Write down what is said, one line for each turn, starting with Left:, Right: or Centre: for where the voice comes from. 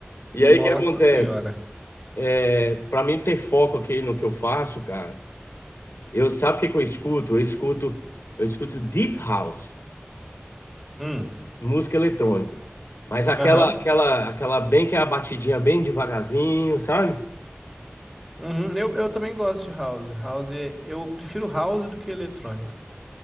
Left: E
Centre: Nossa
Left: aí, o que acontece?
Centre: senhora.
Left: É, para mim ter foco aqui no que eu faço, cara, eu sabe o que que eu escuto? Eu escuto, eu escuto Deep House.
Centre: Hum.
Left: música eletrônica. Mas aquela,
Centre: Aham.
Left: aquela, aquela bem que é a batidinha bem devagarzinho, sabe?
Centre: Uhum. Eu, eu também gosto de house. House, é- eu prefiro house do que eletrônica.